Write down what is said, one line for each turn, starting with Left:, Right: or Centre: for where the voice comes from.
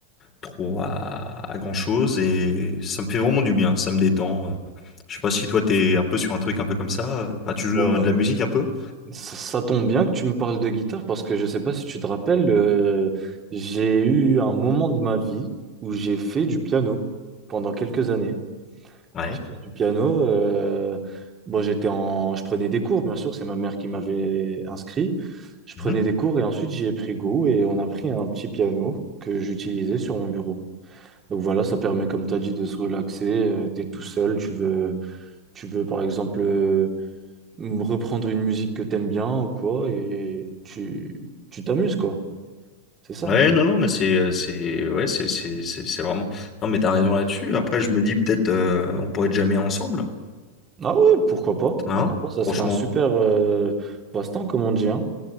Left: trop à, à grand-chose. Et ça me fait vraiment du bien, ça me détend. euh. Je sais pas si toi, t'es un peu sur un truc un peu comme ça. euh. Enfin, tu
Right: Euh,
Left: joues euh, de la musique un peu?
Right: ça, ça tombe bien que tu me parles de guitare parce que je sais pas si tu te rappelles, euh, j'ai eu un moment de ma vie où j'ai fait du piano pendant quelques années.
Left: Ouais.
Right: J'ai fait du piano. euh, bon, j'étais en, je prenais des cours, bien sûr, c'est ma mère qui m'avait inscrit. Je prenais
Left: Mhm.
Right: des cours et ensuite j'y ai pris goût et on a pris un petit piano que j'utilisais sur mon bureau. Donc voilà, ça permet, comme tu as dit, de se relaxer. tu es tout seul, tu veux, tu veux par exemple euh, m- reprendre une musique que t'aimes bien ou quoi, et tu, tu t'amuses, quoi. C'est ça.
Left: Ouais, non, non, mais c'est, euh, c'est, ouais, c'est, c'est, c'est c'est vraiment. Non, mais t'as raison là-dessus. Après, je me dis peut-être, euh, on pourrait être jamais ensemble,
Right: Ah ouais, pourquoi pas?
Left: hein?
Right: Pourquoi pas? Ça
Left: Franchement.
Right: serait un super euh, passe-temps, comme on dit, hein.